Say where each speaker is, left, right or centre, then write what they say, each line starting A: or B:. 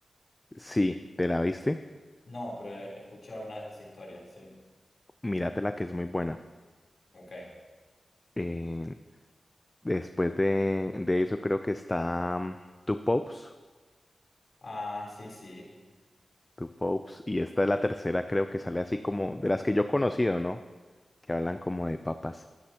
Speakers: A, on the left; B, on the left.
A: sí, ¿te la viste?
B: No, pero he escuchado una vez esa historia, sí.
A: Míratela que es muy buena.
B: Ok.
A: Eh, Después de, de eso creo que está mm, Two Popes,
B: Ah, sí, sí.
A: Two Popes, y esta es la tercera creo que sale así como de las que yo he conocido, ¿no? Que hablan como de papas.